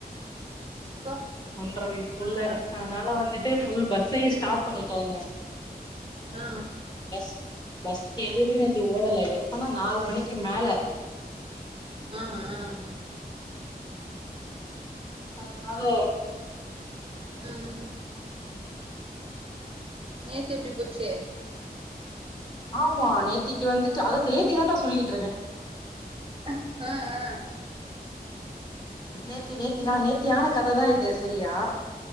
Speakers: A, on the right (about 35°); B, on the left (about 25°).
A: அப்பா
B: ஒன்றரை வயசு புள்ள
A: ஆ
B: அதனால வந்துட்டு ஃபுல் பஸ்ஸையே
A: ம்
B: ஸ்டாப் பண்ணிட்டாங்க
A: ஆ
B: பஸ் பஸ் எதுவுமே நேத்து ஓடல எப்பனா நாலு மணிக்கு மேல
A: ஆஹ் ஆஹ்
B: அதனால
A: உம் உம் நேத்து எப்டி போச்சு
B: ஆமா நேத்திக்கு வந்துட்டு அத நேத்தி தான்டா சொல்லிட்டு இருக்கே
A: ஆஹ் ஆஹ்
B: நேத்தி நேத்தினா நேத்தியான கதைதான் இது சரியா